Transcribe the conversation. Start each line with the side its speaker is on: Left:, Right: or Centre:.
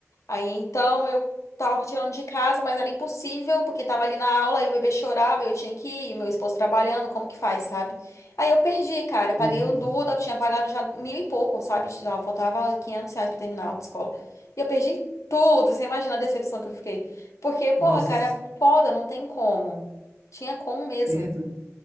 Left: Aí então eu tava tirando de casa, mas era impossível, porque tava ali na aula e o bebê chorava, eu tinha que ir, meu esposo trabalhando, como que faz, sabe? Aí eu perdi, cara. Eu paguei
Right: Sim, sim.
Left: o Duda, eu tinha pagado já mil e pouco, sabe? Só faltava 500 reais pra terminar a aula de escola. E eu perdi tudo, você imagina a decepção que eu fiquei. Porque, porra,
Right: Nossa,
Left: cara, é foda, não tem como. Tinha como mesmo.
Right: sim,